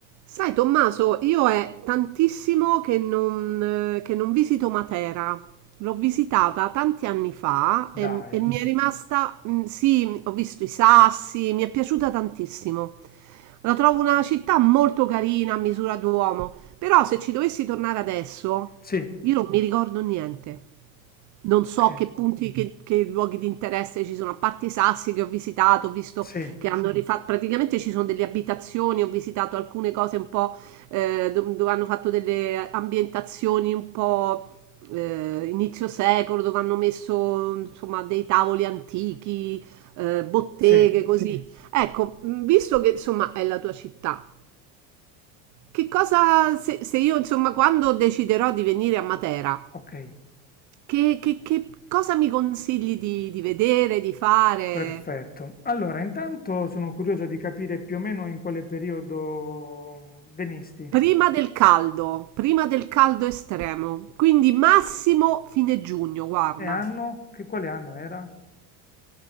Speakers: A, on the right; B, on the left.
A: Sai, Tommaso, io è tantissimo che non, eh, che non visito Matera. L'ho visitata tanti anni fa
B: Dai,
A: e, e mi è rimasta, mm, sì, ho visto i sassi, mi è piaciuta tantissimo. La trovo una città molto carina a misura d'uomo, però se ci dovessi tornare adesso,
B: sì,
A: io non mi ricordo niente. Non
B: ok,
A: so che punti, che, che luoghi di interesse ci sono, a parte i sassi che ho visitato, ho visto
B: sì,
A: che hanno rifatto, praticamente ci sono delle abitazioni, ho visitato alcune cose un po' eh, do- dove hanno fatto delle ambientazioni un po' eh, inizio secolo, dove hanno messo insomma dei tavoli antichi, eh, botteghe,
B: sì,
A: così. Sì. Ecco, mh, visto che insomma è la tua città, che cosa se, se io insomma quando deciderò di venire a Matera?
B: ok,
A: Che, che- che cosa mi consigli di, di vedere, di fare?
B: perfetto. Allora, intanto sono curioso di capire più o meno in quale periodo venisti.
A: Prima del caldo, prima del caldo estremo, quindi massimo fine giugno, guarda.
B: E anno? Che quale anno era?